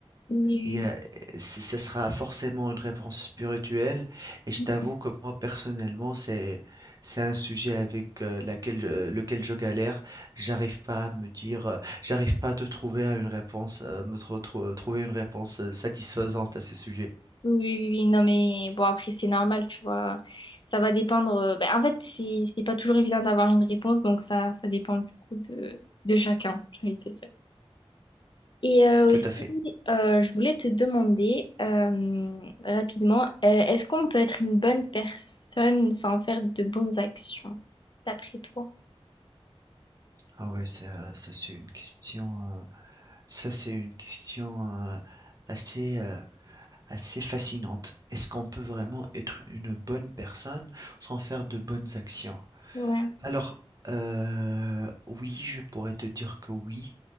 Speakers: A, on the left (about 50°); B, on the right (about 35°).
A: oui,
B: Il y a- c- ce sera forcément une réponse spirituelle et je
A: oui,
B: t'avoue que moi personnellement c'est c'est un sujet avec euh, laquelle je- lequel je galère. J'arrive pas à me dire, euh, j'arrive pas à te trouver à une réponse, euh, me tro- tro- trouver une réponse euh, satisfaisante à ce sujet.
A: oui, oui, non, mais bon, après, c'est normal, tu vois. Ça va dépendre. euh, ben, en fait, c'est c'est pas toujours évident d'avoir une réponse, donc ça, ça dépend du coup de, de chacun, j'ai envie de te dire. Et euh,
B: Tout
A: aussi,
B: à fait.
A: euh, je voulais te demander euh, rapidement, euh, est-ce qu'on peut être une bonne personne sans faire de bonnes actions, d'après toi?
B: Ah ouais, ça, ça c'est une question, euh, ça c'est une question euh, assez euh, assez fascinante. Est-ce qu'on peut vraiment être une bonne personne sans faire de bonnes actions?
A: Ouais.
B: Alors, heu, oui, je pourrais te dire que oui,